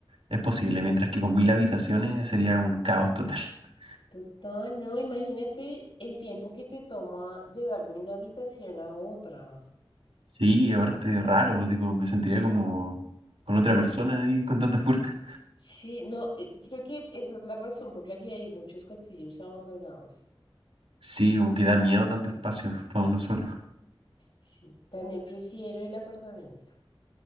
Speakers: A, on the right; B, on the left.
A: es posible, mientras que con mil habitaciones sería un caos total. <laughs>
B: Total, no, imagínate el tiempo que te toma llegar de una habitación a otra.
A: Sí, aparte raro, tipo, me sentiría como con otra persona ahí con tantas puertas.
B: Sí, no, eh, creo que esa es la razón por la que hay muchos castillos abandonados.
A: Sí, como que da miedo tanto espacio para uno solo.
B: Sí, también prefiero el apartamento.